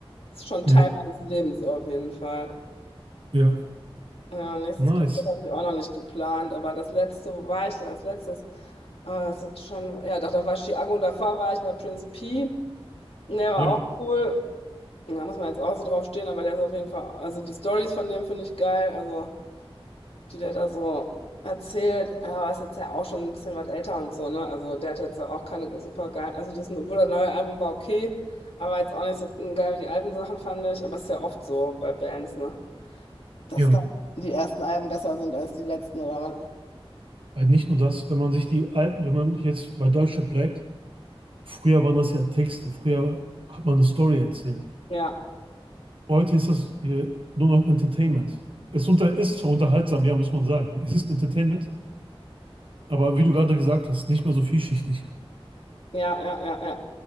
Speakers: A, on the left (about 80°); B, on the right (about 60°).
A: das ist schon
B: Ja,
A: Teil meines Lebens auf jeden Fall.
B: ja.
A: Ja, nächstes
B: Nice.
A: Konzert habe ich auch noch nicht geplant, aber das letzte, wo war ich denn als letztes? Ah, das ist jetzt schon, ja, doch, da war Chiago und davor war ich bei Prince P. Der war
B: Ja,
A: auch cool. Da muss man jetzt auch so drauf stehen, aber der ist auf jeden Fall, also die Stories von dem finde ich geil, also die der da so erzählt, ja, aber ist jetzt ja auch schon ein bisschen was älter und so, ne? Also der hat jetzt ja auch keine super geil, also das, obwohl das neue Album war okay, aber jetzt auch nicht so geil wie die alten Sachen fand ich, aber ist ja oft so bei Bands, ne? Dass
B: ja.
A: da die ersten Alben besser sind als die letzten, oder was?
B: Äh, Nicht nur das, wenn man sich die alten, wenn man jetzt bei Deutschland bleibt, früher waren das ja Texte, früher hat man eine Story erzählt.
A: Ja.
B: Heute ist das äh, nur noch Entertainment. Es unter, ist zwar unterhaltsam, ja, muss man sagen. Es ist Entertainment. Aber wie du gerade gesagt hast, nicht mehr so vielschichtig.
A: Ja, ja, ja, ja.